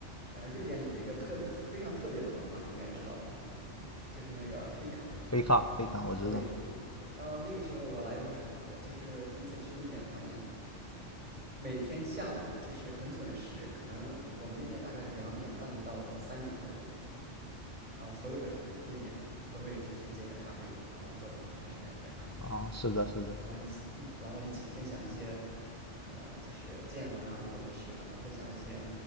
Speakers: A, on the right; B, on the left.
A: 呃，瑞典有一个特别非常特别的文化，你应该知道吧？就是那个飞卡，
B: 飞卡飞卡，我知道。
A: 对，然后那个时候我来的时候，我就是第一次去瑞典，发现每天下午就是很准时，可能我们那边大概是两点半到三点左右，然后所有的人，瑞典人都会出去接个咖啡，然后坐在那儿开始聊天
B: 啊，是的，是的。
A: 然后一一然后一起分享一些，呃，就是见闻啊，或者是反正分享一些